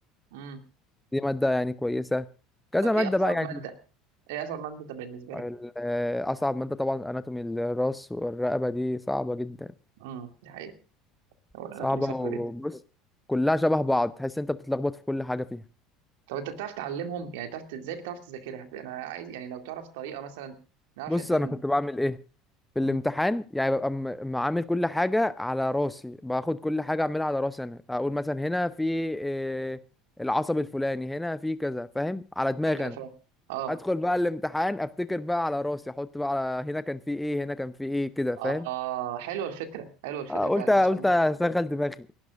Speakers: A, on the right (about 65°); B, in the centre.
A: امم
B: دي ماده يعني كويسه كذا
A: طب
B: ماده
A: ايه اصعب
B: بقى يعني
A: ماده ايه اصعب ماده ده بالنسبه لي
B: ال- آه، اصعب ماده طبعا اناتومي الراس والرقبه دي صعبه جدا
A: امم دي حقيقه هو الاناتومي
B: صعبه
A: صعب
B: وبص
A: جدا
B: كلها شبه بعض تحس انت بتتلخبط في كل حاجه فيها
A: طب انت بتعرف تعلمهم يعني بتعرف ازاي بتعرف تذاكرها انا عايز يعني لو تعرف طريقه مثلا نعرف
B: بص
A: ان احنا
B: انا
A: ن-
B: كنت بعمل ايه في الامتحان
A: مم.
B: يعني ببقى م- معامل كل حاجة على راسي باخد كل حاجة أعملها على راسي أنا أقول مثلا هنا في إيه، العصب الفلاني هنا في كذا فاهم على دماغي
A: ايوه
B: أنا
A: فعلا اه
B: أدخل بقى الامتحان أفتكر بقى على راسي أحط بقى على هنا كان في إيه هنا كان في إيه كده فاهم
A: اه حلوه الفكره حلوه الفكره
B: آه، قلت
A: فعلا
B: قلت
A: عشان
B: أشغل دماغي